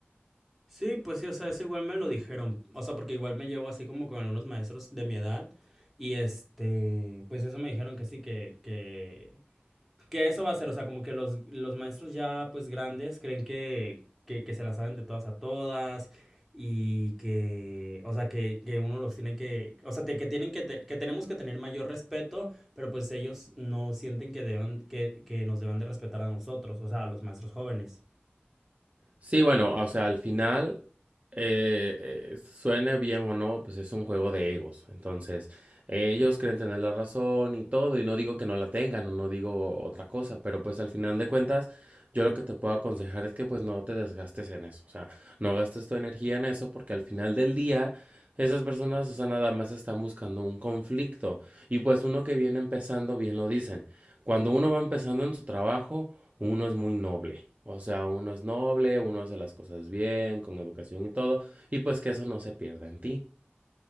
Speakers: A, in the centre; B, on the right (about 35°).
A: Sí, pues sí, o sea, eso igual me lo dijeron, o sea, porque igual me llevo así como con algunos maestros de mi edad y este, pues eso me dijeron que sí, que, que, que eso va a ser, o sea, como que los, los maestros ya pues grandes creen que, que, que se las saben de todas a todas y que, o sea, que, que uno los tiene que, o sea, te- que tienen que, te- que tenemos que tener mayor respeto, pero pues ellos no sienten que deban, que, que nos deban de respetar a nosotros, o sea, a los maestros jóvenes.
B: Sí, bueno, o sea, al final, eh, eh, suene bien o no, pues es un juego de egos. Entonces, ellos creen tener la razón y todo, y no digo que no la tengan o no digo otra cosa, pero pues al final de cuentas, yo lo que te puedo aconsejar es que pues no te desgastes en eso, o sea, no gastes tu energía en eso porque al final del día... Esas personas, o sea, nada más están buscando un conflicto. Y pues uno que viene empezando, bien lo dicen. Cuando uno va empezando en su trabajo, uno es muy noble. O sea, uno es noble, uno hace las cosas bien, con educación y todo, y pues que eso no se pierda en ti.